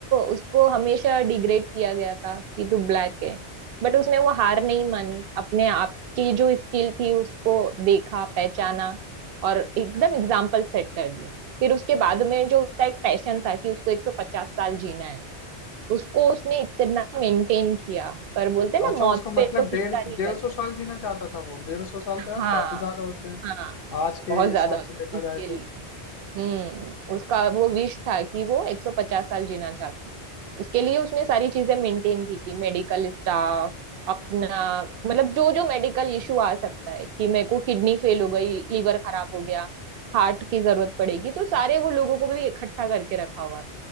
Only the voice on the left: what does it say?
अच्छा
उसको मतलब
डेढ़
डेढ़
सौ
साल जीना चाहता था वो डेढ़ सौ साल तो यार
काफी ज्यादा होते हैं
आज के
हिसाब
से देखा
जाए तो